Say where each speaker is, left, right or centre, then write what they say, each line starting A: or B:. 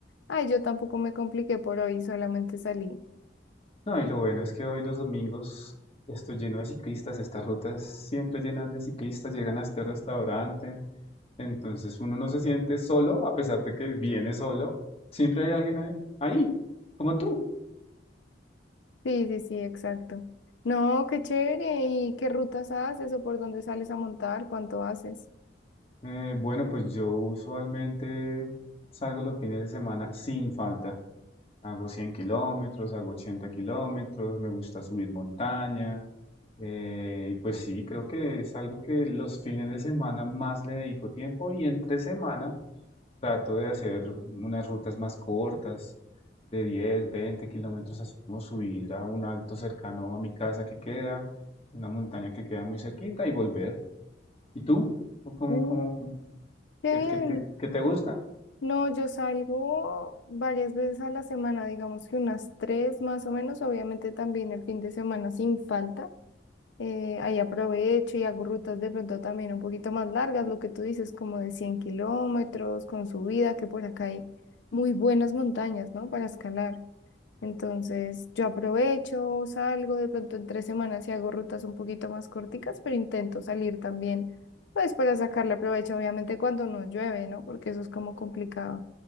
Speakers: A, on the left (about 80°); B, on the left (about 35°).
A: ay, yo tampoco me compliqué por hoy, solamente salí.
B: No, y lo bueno es que hoy los domingos estoy lleno de ciclistas, estas rutas siempre llenas de ciclistas, llegan a este restaurante, entonces uno no se siente solo a pesar de que viene solo, siempre hay alguien ahí, ahí, como tú.
A: Sí, sí, sí, exacto. No, qué chévere, ¿y qué rutas haces o por dónde sales a montar? ¿Cuánto haces?
B: Eh, bueno, pues yo usualmente salgo los fines de semana sin falta. Hago 100 kilómetros, hago 80 kilómetros, me gusta subir montaña. eh, y pues sí, creo que es algo que los fines de semana más le dedico tiempo y entre semana trato de hacer unas rutas más cortas, de 10 20 kilómetros, así como subir a un alto cercano a mi casa que queda, una montaña que queda muy cerquita y volver. ¿Y tú? ¿Tú cómo,
A: Mm,
B: cómo, cómo?
A: qué
B: ¿Qué,
A: bien.
B: qué te, qué te gusta?
A: No, yo salgo varias veces a la semana, digamos que unas tres más o menos, obviamente también el fin de semana sin falta. eh, ahí aprovecho y hago rutas de pronto también un poquito más largas, lo que tú dices, como de 100 kilómetros, con subida, que por acá hay muy buenas montañas, ¿no? Para escalar. Entonces, yo aprovecho, salgo de pronto en tres semanas y hago rutas un poquito más corticas, pero intento salir también, pues para sacarle provecho, obviamente cuando no llueve, ¿no? Porque eso es como complicado.